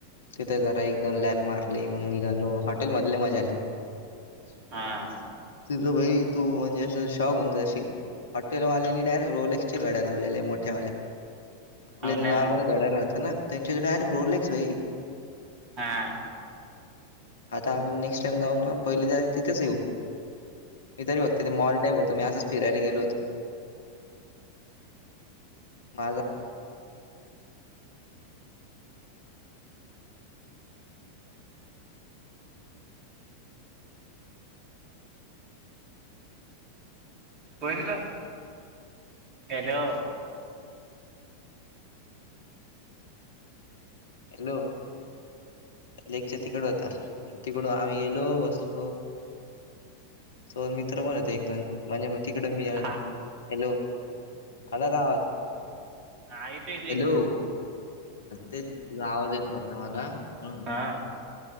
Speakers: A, on the left; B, on the right.
A: तिथे जरा एक दोन लॅप मारले मग निघालो. हॉटेल मध्येलय मजा आली. शे
B: हां
A: पन्नास. तिथं भाई तू म्हणजे अस शॉक होऊन जाशील हॉटेलवाल्यानी डायरेक्ट रोलेक्स -- च्या गाड्या लावलेल्या मोठ्यावाल्या. आपल्या
B: हो
A: इथ
B: ना
A: नॉर्मल गाड्या राहता ना. त्यांच्याकडे डायरेक्ट रोलेक्स भाई.
B: हा.
A: आता आपण नेक्स्ट टाइम जाऊ ना पहिले जाउ तिथेच येऊ. हे तरी फक्त ते मॉल टाईप होत मी असंच फिरायला गेलो होतो. माझा
B: होईल ना हॅलो.
A: हॅलो. लेकच्या तिकड होता तिकडून आम्ही गेलो बसलो. सोबत मित्र पण होते एक दोन म्हणजे म तिकड मी आलो
B: हां
A: हॅलो. असला का आवाज
B: हा येतोय येतोय.
A: हॅलो तेच तुझा आवाज येत नव्हता मला म्हणून
B: <inaudible>